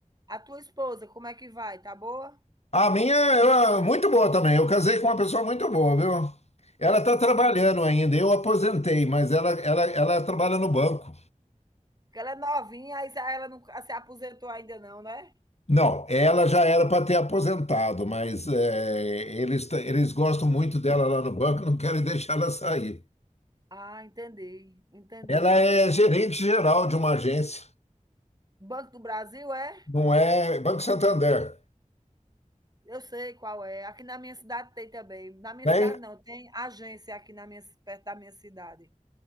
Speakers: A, on the right; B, on the left.
A: A tua esposa, como é que vai? Tá boa?
B: A minha, ela é muito boa também, eu casei com uma pessoa muito boa, viu? Ela está
A: Sim.
B: trabalhando ainda, eu aposentei, mas ela, ela, ela trabalha no banco.
A: Porque ela é novinha, aí ela não se aposentou ainda não, né?
B: Não, ela já era para ter aposentado, mas é, eles, t- eles gostam muito dela lá no banco, não querem deixar ela sair.
A: Ah, entendi. Entendi
B: Ela
A: mesmo.
B: é gerente geral de uma agência.
A: Banco do Brasil é?
B: Não é Banco Santander,
A: Eu sei qual é. Aqui na minha cidade tem também. Na minha
B: tem?
A: cidade não, tem agência aqui na minha, perto da minha cidade.